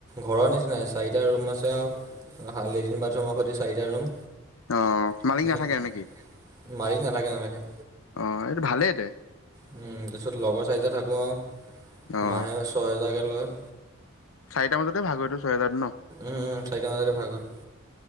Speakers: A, on the right; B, on the left.
A: ঘৰৰ নিচিনাই চাৰিটা ৰুম আছে আৰু লেট্ৰিন বাথৰুমৰ সৈতে চাৰিটা ৰুম।
B: অ',
A: তাৰপিছত
B: মালিক নাথাকে নেকি
A: মালিক নাথাকে তেনেকে
B: অঁ এইটো ভালেইতে
A: তাৰপিছত লগৰ চাৰিটা থাকোঁ আৰু
B: অ'।
A: মাহে ছহেজাৰকৈ লয়
B: চাৰিটা বজতে ভাগ হয়তটো ছয়জাৰত ন
A: উম উম চাৰিটা মাজতে ভাগ হয়।